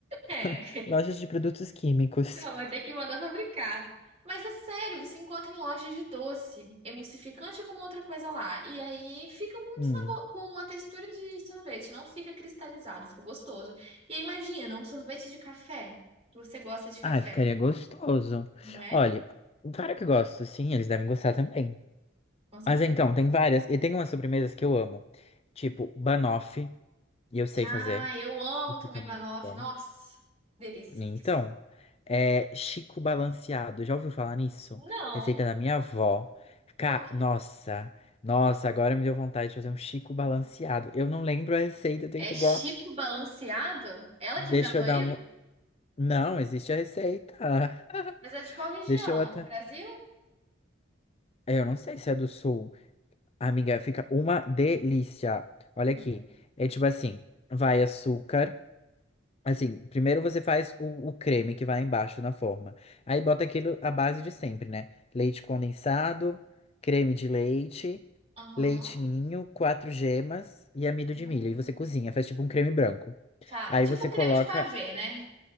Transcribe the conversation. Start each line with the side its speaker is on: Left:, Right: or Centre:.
Right: né?
Left: <laughs> lojas de produtos químicos.
Right: Não, vai ter que mandar fabricar. Mas é sério, você encontra em lojas de doce, emulsificante ou alguma outra coisa lá. E aí fica com um
Left: Hum.
Right: sabor, com uma textura de sorvete, não fica cristalizado, fica gostoso. E aí, imagina, um sorvete de café. Você gosta de café,
Left: Ai, ficaria gostoso.
Right: né?
Left: Olha, claro que gosto, sim, eles devem gostar também.
Right: Com certeza.
Left: Mas então, tem várias, e tem umas sobremesas que eu amo, tipo banoffee, e eu sei
Right: Ah,
Left: fazer,
Right: eu amo
Left: e fica
Right: também
Left: muito
Right: Banoffee.
Left: bom.
Right: Nossa, delícia.
Left: Então, é Chico Balanceado, já ouviu falar nisso?
Right: Não,
Left: Receita da minha avó. Ca...
Right: como que
Left: Nossa, nossa, agora me deu vontade de fazer um Chico Balanceado. Eu não lembro a receita, eu tenho
Right: é?
Left: que
Right: É Chico
Left: pegar.
Right: Balanceado? Ela
Left: Deixa
Right: que inventou
Left: eu
Right: isso?
Left: dar uma. Não, existe a receita. <laughs>
Right: Mas é de qual região?
Left: Deixa eu até.
Right: É do Brasil?
Left: Eu não sei se é do sul. Amiga, fica uma delícia.
Right: Hum.
Left: Olha aqui. É tipo assim: vai açúcar. Assim, primeiro você faz o, o creme que vai embaixo na forma. Aí bota aquilo, a base de sempre, né? Leite condensado, creme de leite,
Right: Aham.
Left: leite ninho, quatro gemas e amido
Right: Hum.
Left: de milho. E você cozinha, faz tipo um creme branco.
Right: Tá,
Left: Aí
Right: tipo
Left: você
Right: um creme
Left: coloca
Right: de pavê, né?